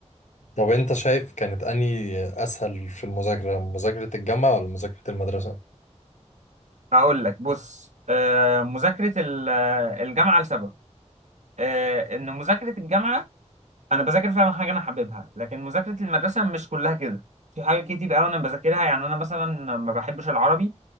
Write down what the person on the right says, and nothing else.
هقول لك بص آه، مذاكره ال- الجامعه لسبب آه، ان مذاكره الجامعه انا بذاكر فعلا حاجه انا حاببها لكن مذاكره المدرسه مش كلها كده في حاجات كتير قوي انا بذاكرها يعني انا مثلا ما بحبش العربي